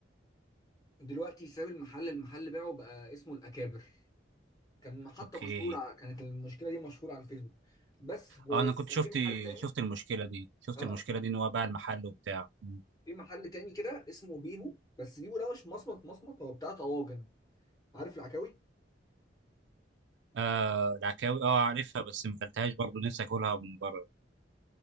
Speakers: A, on the left; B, on the right.
A: دلوقتي ساب المحل المحل باعه بقى اسمه الأكابر كان محطة
B: اوكي
A: مشهورة ع- كانت المشكلة دي مشهورة على الفيسبوك بس وكان
B: اه انا كنت شفت
A: في محل تاني
B: شفت المشكله دي شفت
A: اه
B: المشكله دي ان هو باع المحل وبتاع مم.
A: في محل تاني كده اسمه بيبو بس بيبو ده مش مصمت مصمت هو بتاع طواجن عارف العكاوي
B: آه العكاوي اه عارفها بس ما اكلتهاش برضه نفسي اكلها من بره